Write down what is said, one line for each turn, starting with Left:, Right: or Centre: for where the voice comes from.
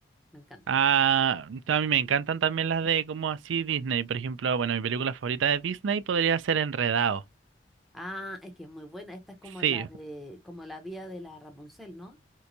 Centre: Me encantan.
Right: Ah, a mí me encantan también las de como así Disney. Por ejemplo, bueno, mi película favorita de Disney podría ser Enredado.
Centre: Ah, es que es muy buena. Esta es como
Right: Sí,
Centre: la de, como la vía de la Rapunzel, ¿no?